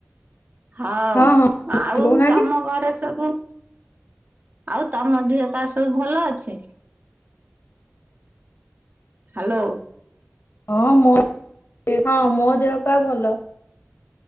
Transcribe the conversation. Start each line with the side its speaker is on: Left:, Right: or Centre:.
Right: ହଉ
Left: ହଁ ହଁ
Right: ଆଉ
Left: କହୁନାହାନ୍ତି।
Right: ତମ ଘରେ ସବୁ ଆଉ ତମ ଦିହ ପାହା ସବୁ ଭଲ ଅଛି? ହାଲୋ
Left: ହଁ ମୋ ଦେହ ହଁ ମୋ ଦେହ ପା ଭଲ।